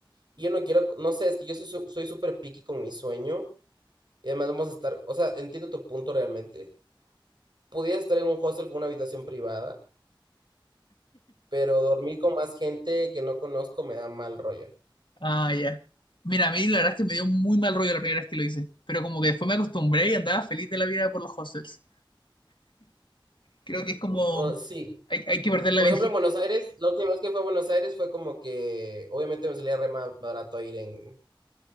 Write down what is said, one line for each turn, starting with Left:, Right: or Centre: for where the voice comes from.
Right: Y yo no quiero, no sé, es que yo soy su- soy súper picky con mi sueño. Y además vamos a estar, o sea, entiendo tu punto realmente. Pudiera estar en un hostel con una habitación privada, pero dormir con más gente que no conozco me da mal rollo.
Left: Ah, ya. Mira, a mí la verdad es que me dio muy mal rollo la primera vez que lo hice. Pero como que después me acostumbré y andaba feliz de la vida por los hostels. Creo que es como...
Right: O, sí,
Left: Hay, hay que perder la
Right: por
Left: virginidad.
Right: ejemplo, en Buenos Aires, la última vez que fue a Buenos Aires fue como que, obviamente me salía re más barato ir en,